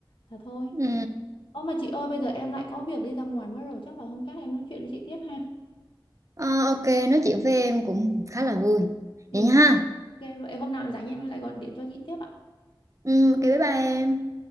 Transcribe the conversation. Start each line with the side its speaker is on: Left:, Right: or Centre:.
Left: Là thôi.
Right: Ừ.
Left: Ô mà chị ơi bây giờ em lại có việc đi ra ngoài mất rồi chắc là hôm khác em nói chuyện với chị tiếp ha.
Right: Ờ, ok, nói chuyện với em cũng khá là vui.
Left: Thì
Right: Vậy nha ha.
Left: ok vậy hôm nào rảnh em lại gọi điện cho chị tiếp ạ.
Right: Ừ, ok bye bye em.